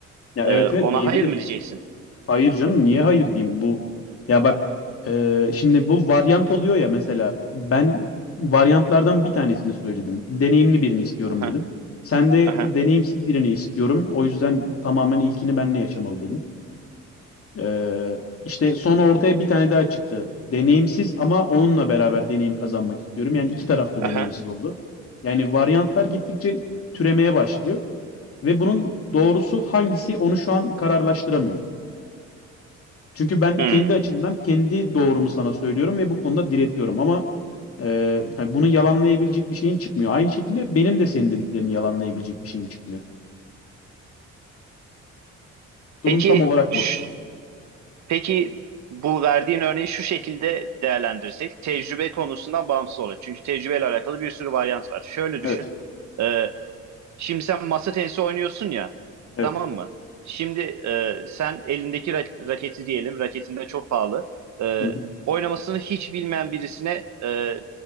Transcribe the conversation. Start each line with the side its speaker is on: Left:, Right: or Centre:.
Left: Ya
Right: Ee,
Left: evet
Right: ona
Left: evet diyebilir.
Right: hayır mı diyeceksin?
Left: Hayır canım niye hayır diyeyim bu. Ya bak e, şimdi bu varyant oluyor ya mesela ben varyantlardan bir tanesini söyledim. Deneyimli birini istiyorum
Right: Aha,
Left: dedim. Sen de
Right: aha,
Left: deneyimsiz birini istiyorum. O yüzden tamamen ilkini benle yaşamalı dedin. Ee, işte sonra ortaya bir tane daha çıktı. Deneyimsiz ama onunla beraber deneyim kazanmak istiyorum. Yani iki tarafta
Right: aha.
Left: deneyimsiz oldu. Yani varyantlar gittikçe türemeye başlıyor ve bunun doğrusu hangisi onu şu an kararlaştıramıyoruz. Çünkü ben
Right: Hmm.
Left: kendi açımdan kendi doğrumu sana söylüyorum ve bu konuda diretiyorum ama e, hani bunu yalanlayabilecek bir şeyin çıkmıyor. Aynı şekilde benim de senin dediklerini yalanlayabilecek bir şeyim çıkmıyor.
Right: Peki
Left: Durum tam olarak
Right: ş-
Left: bu.
Right: peki bu verdiğin örneği şu şekilde değerlendirsek tecrübe konusundan bağımsız olur. Çünkü tecrübeyle alakalı bir sürü varyant var. Şöyle
Left: Evet,
Right: düşün. Ee, Şimdi sen masa tenisi oynuyorsun ya,
Left: evet.
Right: tamam mı? Şimdi e, sen elindeki ra- raketi diyelim, raketin de çok pahalı. E,
Left: Hı hı,
Right: oynamasını hiç bilmeyen birisine e,